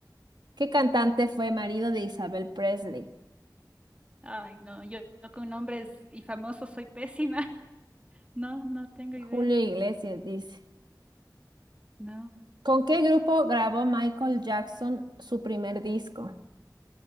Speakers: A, on the right (about 80°); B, on the right (about 15°).
A: ¿Qué cantante fue marido de Isabel Presley?
B: Ay, no, yo, yo con nombres y famosos soy pésima. <laughs> No, no tengo idea.
A: Julio Iglesias dice.
B: No.
A: ¿Con qué grupo grabó Michael Jackson su primer disco?